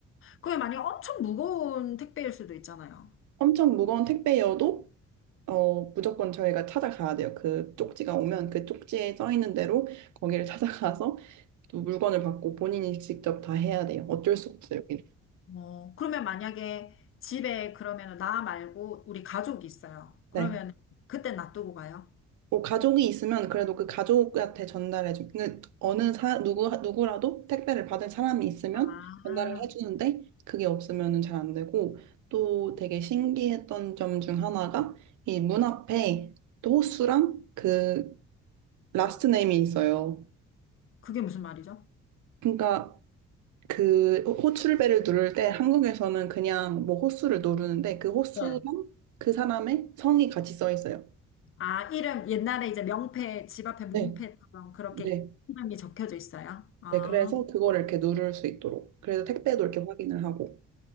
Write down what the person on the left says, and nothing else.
그게 만약에 엄청 무거운 택배일 수도 있잖아요.
어, 그러면 만약에 집에 그러면 나 말고 우리 가족이 있어요. 그러면
그때 놔두고 가요?
아,
그게 무슨 말이죠?
네.
아, 이름, 옛날에 이제 명패, 집 앞에 문패처럼
그렇게
이름이 적혀져 있어요? 아,